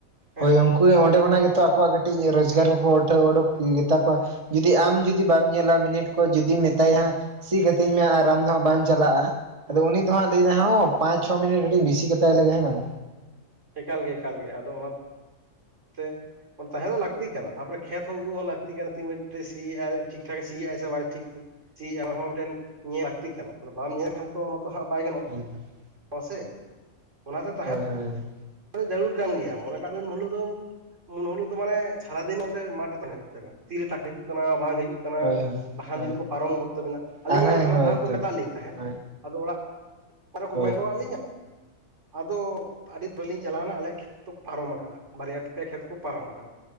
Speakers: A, on the right; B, on the right.
A: ᱦᱮᱸ᱾
B: ᱦᱳᱭ ᱩᱱᱠᱩ ᱚᱸᱰᱮ ᱠᱷᱚᱱᱟᱜ ᱜᱮᱛᱚ ᱟᱠᱚᱣᱟᱜ ᱠᱟᱹᱴᱤᱡ ᱨᱚᱡᱽᱜᱟᱨ ᱦᱚᱸᱠᱚ ᱩᱴᱷᱟᱹᱣ ᱩᱰᱳᱠ ᱜᱮᱛᱟ ᱠᱚᱣᱟ᱾ ᱡᱩᱫᱤ ᱟᱢ ᱡᱩᱫᱤ ᱵᱟᱢ ᱧᱮᱞᱟ ᱢᱤᱱᱤᱴ ᱠᱚ ᱡᱩᱫᱤᱢ ᱢᱮᱛᱟᱭᱟ ᱦᱟᱸᱜ ᱥᱤ ᱠᱟᱛᱤᱧ ᱢᱮ ᱟᱨ ᱟᱢ ᱫᱚ ᱦᱟᱸᱜ ᱵᱟᱝ ᱪᱟᱞᱟᱜᱼᱟ ᱟᱫᱚ ᱩᱱᱤ ᱫᱚ ᱦᱟᱸᱜ ᱞᱟᱹᱭᱫᱟ ᱦᱚᱸ ᱯᱟᱸᱪ ᱪᱷᱚ ᱢᱤᱱᱤ ᱠᱟᱹᱴᱤᱡ ᱤᱧ ᱵᱤᱥᱤ ᱠᱟᱛᱟᱭ ᱞᱮᱜᱮ ᱦᱮᱸ ᱵᱟᱝ᱾
A: ᱮᱠᱟᱞ ᱜᱮ ᱮᱠᱟᱞ ᱜᱮ ᱟᱫᱚ ᱚᱱᱟ ᱛᱮ ᱛᱟᱦᱮᱸ ᱫᱚ ᱞᱟᱹᱠᱛᱤ ᱠᱟᱱᱟ ᱛᱟᱯᱚᱨᱮ ᱠᱷᱮᱛ ᱦᱚᱸ ᱩᱫᱩᱜ ᱦᱚᱸ ᱞᱟᱠᱛᱤ ᱠᱟᱱᱟ ᱛᱤᱱ ᱢᱤᱱ ᱥᱤᱭᱮᱜ-ᱟᱭ ᱴᱷᱤᱠ ᱴᱷᱟᱠᱮ ᱥᱤᱭᱮᱜ-ᱟᱭ ᱥᱮ ᱵᱟᱭ ᱴᱷᱤᱠ ᱥᱤᱭᱮᱜᱼᱟᱭ ᱚᱱᱟ ᱦᱚᱸ ᱢᱤᱫᱴᱮᱱ ᱧᱮᱞ ᱞᱟᱹᱠᱛᱤ ᱠᱟᱱᱟ ᱵᱟᱢ ᱧᱮᱞ ᱠᱷᱟᱱᱛᱚ ᱚᱱᱟ ᱛᱚ ᱦᱟᱸᱜ ᱵᱟᱭ ᱜᱟᱱᱚᱜᱼᱟ᱾
B: <unintelligible>
A: ᱥᱮ ᱚᱱᱟᱛᱮ ᱛᱟᱦᱮᱸ
B: ᱦᱳᱭ ᱦᱳᱭ
A: ᱫᱚ ᱡᱟᱹᱨᱩᱲ ᱠᱟᱱ ᱜᱮᱭᱟ ᱢᱚᱱᱮ ᱠᱟᱜ ᱢᱮ ᱩᱱ ᱦᱤᱞᱳᱜ ᱫᱚ ᱩᱱ ᱦᱤᱞᱳᱜ ᱫᱚ ᱢᱟᱱᱮ ᱥᱟᱨᱟᱫᱤᱱ ᱚᱱᱛᱮ ᱢᱟᱴ ᱨᱮ ᱛᱟᱦᱮᱸᱱ ᱦᱩᱭᱩᱜ ᱛᱟᱵᱤᱱᱟ ᱛᱤᱨᱮ ᱴᱟᱠᱴᱟᱨ ᱦᱤᱡᱩᱜ ᱠᱟᱱᱟ ᱵᱟᱝ ᱦᱤᱡᱩᱜ ᱠᱟᱱᱟ
B: ᱦᱳᱭ
A: ᱵᱟᱠᱷᱟᱱ
B: ᱦᱳᱭ
A: ᱡᱩᱫᱤ ᱠᱚ ᱯᱟᱨᱚᱢ ᱜᱚᱫ ᱛᱟᱹᱵᱤᱱᱟ ᱟᱹᱞᱤᱧ
B: ᱦᱳᱭ
A: ᱡᱮᱢᱚᱱ
B: ᱦᱮᱸ
A: ᱦᱟᱱᱟ
B: ᱦᱳᱭ
A: ᱫᱷᱟᱣ ᱠᱚ
B: ᱛᱚ
A: ᱢᱮᱛᱟᱜ ᱞᱤᱧ ᱛᱟᱦᱮᱸᱫ
B: ᱦᱳᱭ
A: ᱟᱫᱚ ᱚᱲᱟᱜ ᱨᱮᱠᱚ
B: ᱦᱳᱭ
A: ᱢᱮᱱ ᱦᱚᱴᱚᱣᱟᱜ ᱞᱤᱧᱟᱹ ᱟᱫᱚ ᱟᱹᱰᱤ ᱯᱚᱨᱮᱞᱤᱧ ᱪᱟᱞᱟᱣᱱᱟ ᱟᱞᱮᱭᱟᱜ ᱠᱷᱮᱛ ᱠᱚ ᱯᱟᱨᱚᱢ ᱠᱟᱫᱟ ᱵᱟᱨᱭᱟ ᱯᱮᱭᱟ ᱠᱷᱮᱛ ᱠᱚ ᱯᱟᱨᱚᱢ ᱟᱠᱟᱫᱟ᱾